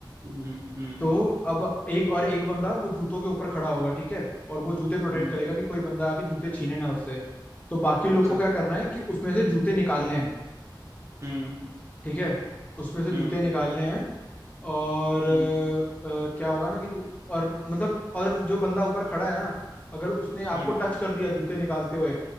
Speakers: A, on the right; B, on the left.
A: हम्म हम्म
B: तो अब एक और एक बंदा वो जूतों के ऊपर खड़ा होगा ठीक है और वो जूते प्रोटेक्ट
A: हम्म
B: करेगा कि कोई बंदा आके जूते छीने ना उससे तो बाकी
A: अच्छा
B: लोग को क्या करना है कि उसमें से जूते निकालने हैं
A: हम्म
B: ठीक है उसमें से जूते
A: हम्म
B: निकालने हैं और अ,
A: हम्म
B: अ, क्या होगा ना कि जो- और मतलब और जो बंदा ऊपर खड़ा है ना अगर उसने
A: हम्म
B: आपको टच कर दिया जूते निकालते हुए